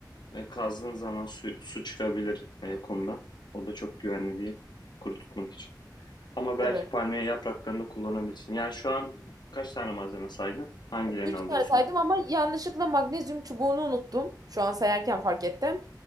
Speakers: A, on the left; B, on the right.
A: e, kazdığın zaman su, su çıkabilir e, kumdan. O da çok güvenli değil kuru tutmak için. Ama belki
B: Evet.
A: palmiye yapraklarını da kullanabilirsin. Yani şu an kaç tane malzeme saydın? Hangilerini
B: Üç
A: alıyorsun?
B: tane saydım ama yanlışlıkla magnezyum çubuğunu unuttum. Şu an sayarken fark ettim.